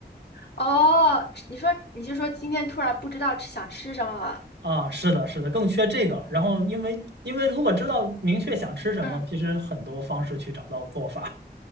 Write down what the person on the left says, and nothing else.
哦，你说你就说今天突然不知道吃想吃什么了？
嗯，